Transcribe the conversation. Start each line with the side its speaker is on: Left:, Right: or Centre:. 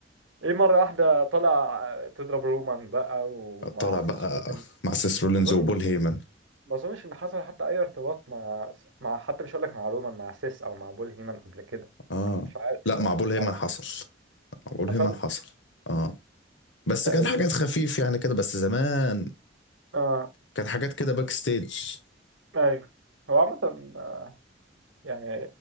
Right: ايه مره واحده طلع تضرب رومان بقى ومع
Left: طالع
Right: سيس
Left: بقى
Right: رولينز
Left: مع سيس رولينز
Right: اظن
Left: وبول هيمن
Right: ما اظنش ان حصل حتى اي ارتباط مع مع حتى مش هقول لك مع رومان مع سيس او مع بول هيمن قبل كده
Left: اه
Right: مش عارف
Left: لا
Right: الصراحه
Left: مع بول
Right: كان
Left: هيمن
Right: عارف.
Left: حصل مع بول
Right: حصل
Left: هيمن حصل اه بس
Right: ده
Left: كان
Right: امتى
Left: حاجات خفيف يعني كده بس زمان
Right: اه
Left: كان حاجات كده باك ستيج
Right: ايوه هو عامه آه، يعني